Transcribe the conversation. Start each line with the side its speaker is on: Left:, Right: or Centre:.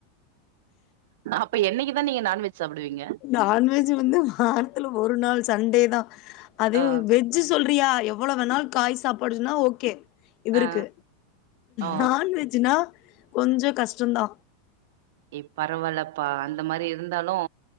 Right: அப்ப என்னைக்கு தா நீங்க நான்வெஜ் சாப்டுவீங்க
Left: நான்வெஜ் வந்து வாரத்ல ஒரு நாள் சண்டே தா அது
Right: ஆ
Left: வெஜ் சொல்றியா எவ்ளோ வேணாலு காய் சாப்பாடுன்னா ஓகே இவருக்கு
Right: ஆ ஓ
Left: நான்வெஜ்னா கொஞ்சோ கஷ்டந்தா
Right: ஏ பரவால்லப்பா அந்த மாரி இருந்தாலு